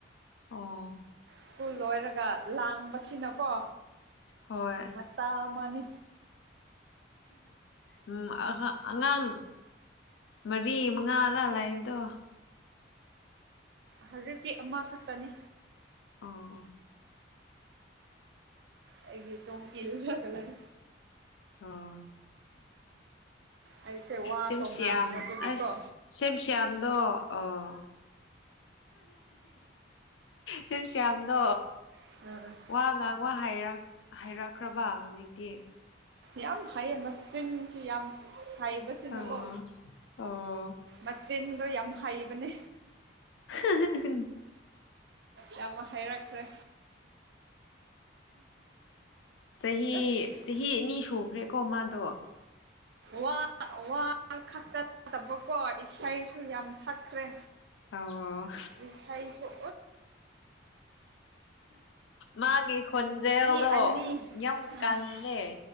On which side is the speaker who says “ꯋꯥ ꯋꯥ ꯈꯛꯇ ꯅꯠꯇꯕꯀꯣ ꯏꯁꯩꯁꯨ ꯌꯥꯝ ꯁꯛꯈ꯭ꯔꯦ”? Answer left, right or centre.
Right